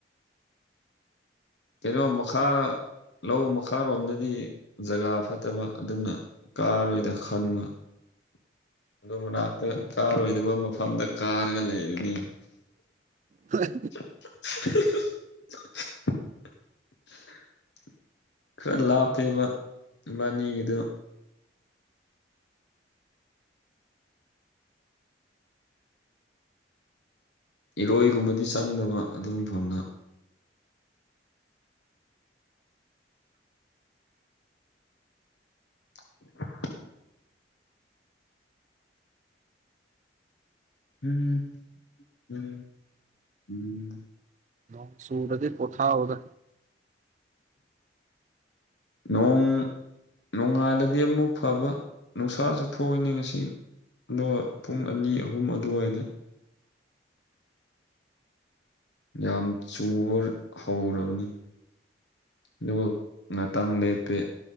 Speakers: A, on the left (about 75°); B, on the right (about 40°).
A: ꯀꯩꯅꯣ ꯃꯈꯥ ꯂꯧ ꯃꯈꯥꯔꯣꯝꯗꯗꯤ ꯖꯒꯥ ꯐꯠꯇꯕ ꯑꯗꯨꯅ ꯀꯥꯔꯣꯏꯗ ꯈꯟꯕ ꯑꯗꯣ ꯃꯅꯥꯛꯇ ꯀꯥꯔꯣꯏꯗꯕ ꯃꯐꯝꯗ ꯀꯥꯔꯒ ꯂꯩꯔꯅꯤ
B: ꯍꯣꯏ
A: <unintelligible> ꯈꯔ ꯂꯥꯞꯄꯦꯕ ꯏꯕꯥꯟꯅꯤꯒꯤꯗꯨ ꯏꯔꯣꯏꯒꯨꯝꯕꯗꯤ ꯆꯪꯗꯕ ꯑꯗꯨꯨ ꯃꯐꯝꯅ <unintelligible> ꯎꯝꯝ ꯎꯝ ꯎꯝ
B: ꯅꯣꯡ ꯆꯨꯔꯗꯤ ꯄꯣꯊꯥꯎꯗ
A: ꯅꯣꯡ ꯅꯣꯡꯉꯥꯜꯂꯗꯤ ꯑꯃꯨꯛ ꯐꯕ ꯅꯨꯡꯁꯥꯁꯨ ꯊꯣꯛꯏꯅꯦ ꯉꯁꯤ ꯑꯗꯨꯒ ꯄꯨꯡ ꯑꯅꯤ ꯑꯍꯨꯝ ꯑꯗꯨꯋꯥꯏꯗ ꯌꯥꯝ ꯆꯨꯕ ꯍꯧꯔꯕꯅꯦ ꯑꯗꯨꯒ ꯉꯥꯛꯇꯪ ꯂꯦꯞꯄꯦ